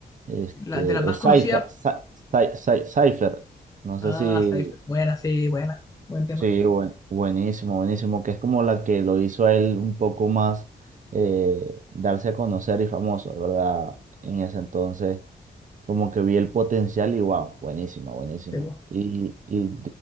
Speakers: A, on the right; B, on the left.
A: Este,
B: La, de las más
A: eh, Cypher,
B: conocidas.
A: Cy- Cy- Cy- Cypher, no
B: Ah,
A: sé si,
B: Cypher. Buena, sí, buena. Buen tema.
A: Sí, buen- buenísimo, buenísimo, que es como la que lo hizo a él un poco más eh, darse a conocer y famoso, ¿verdad? En ese entonces, como que vi el potencial y wow, buenísima, buenísima.
B: Sí, po.
A: Y, y,